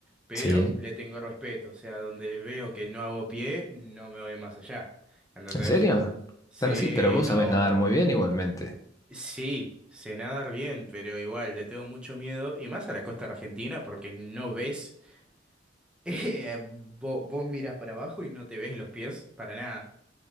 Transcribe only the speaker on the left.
sí.
¿En serio?
Están así, pero vos
sabés nadar muy bien igualmente.